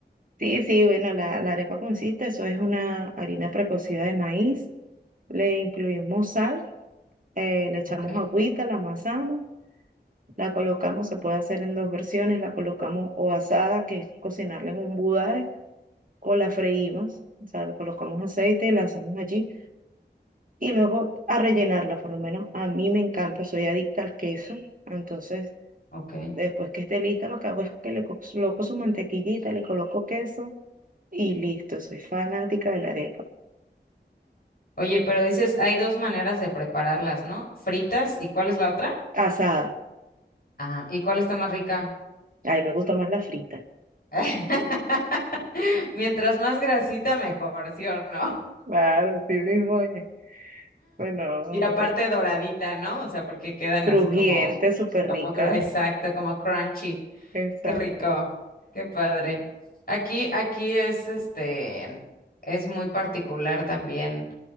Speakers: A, on the right; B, on the left.
A: Sí, sí, bueno, la, la arepa consiste, eso es una harina precocida de maíz, le incluimos sal, eh, le echamos
B: Ok,
A: agüita, la amasamos, la colocamos, se puede hacer en dos versiones, la colocamos o asada, que es cocinarla en un budare o la freímos, o sea, le colocamos aceite, la hacemos allí y luego a rellenarla, por lo menos a mí me encanta, soy adicta al queso, entonces
B: ok.
A: después que esté lista lo que hago es que le co- coloco su mantequillita, le coloco queso y listo, soy fanática de la arepa.
B: Oye, pero dices, hay dos maneras de prepararlas, ¿no? Fritas, ¿y cuál es la otra?
A: Asada,
B: Ah, ¿y cuál está más rica?
A: ay, me gusta más la frita.
B: <laughs> Mientras más grasita, mejor, ¿sí o no?
A: Claro, sí mismo es. Bueno,
B: Y aparte
A: de-
B: doradita, ¿no? O sea, porque quedan
A: crujiente,
B: así como,
A: súper
B: como,
A: rica.
B: cru- exacto, como crunchy.
A: Exacto.
B: Qué rico, qué padre. Aquí, aquí es este, es muy particular también